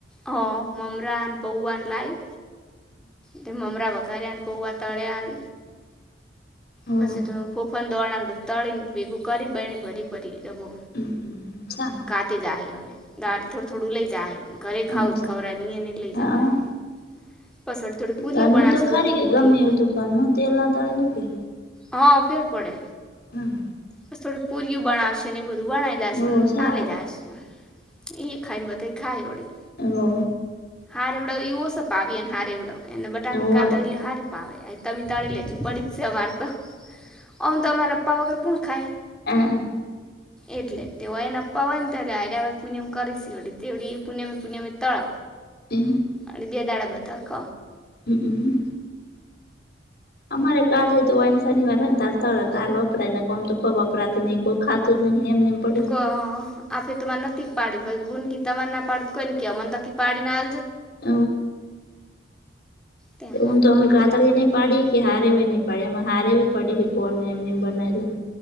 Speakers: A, in the centre; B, on the left.
A: હ મમરાન પૌવાન લાઈવ તે મુમરાવાખારેન પોવા તળન
B: હોવે
A: પછી તો ફફન દોડાને બધું તળીને ભેગું કરીને બેને ભરી પરી દબો
B: સારું
A: કાતે જ હ હવે ગાડી થોડું થોડું લઈ જ હ ઘરે
B: બસ
A: ખાવું જ ખવરા નહી ન લઈ
B: હા
A: જવરાય પસોડી થોડી પુરીય
B: ઘરનું
A: બના
B: તો
A: છે
B: ખરી
A: હુક્કી
B: કે
A: પુરી
B: ગમે એવું તો ઘરનું તેલ ના તળે નું કે
A: હા ફેર પડે
B: હમ
A: બસ થોડી પુરીઓ બનાવશે ને એ બધું બનાઈ જશે
B: ઓ સારું
A: આલે જશે એ ખાઈ બધા ખાઈ વળી
B: હો
A: હારેવડો એવો સપાવીએ ને હ ર એવડો એને બટા કનકાા
B: હોય
A: તરી લલી હારી પાાવય આ તમમે તરી લે છુંપરીિત છે મારતોું અમ તો અમારા પપ્પા વગર પણ ખાય
B: હ
A: એટલે તેઓય એને પપ્ા હોય નેરે હ પૂનમ કરીશ તે એવડીી પુણ્યમેી પુન્યમે તળ
B: તન
A: અને બે દાડા બધ ક
B: હમ હમ અમારે કા થય તો શનિવાર તારતા હો હતા તાર વપરાય ને કોમ તો કોઈ વપરાતી નહી કોઈ ખા તો એમને પડી
A: ક આપે તોરે ન પાડીે બુનકી તમ ના પડને ક મન તો કકી પાડીનેલ
B: હ
A: તેમ
B: હું તો અમે કતાર દને પડીી કે હારે હોય નહ પડે એમાં હારે પડે ફનને એમને બનાવેલા